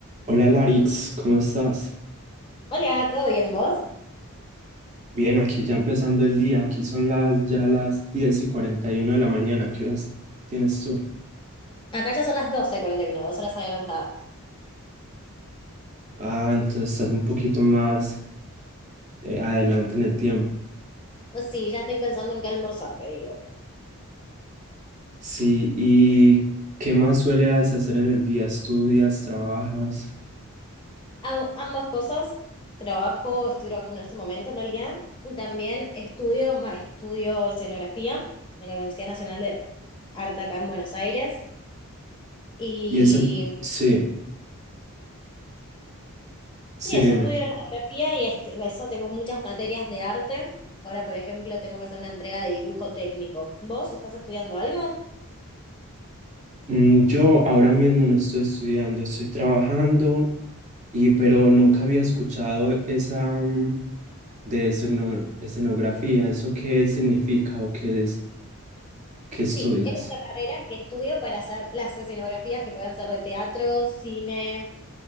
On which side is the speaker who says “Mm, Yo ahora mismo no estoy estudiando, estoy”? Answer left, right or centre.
Right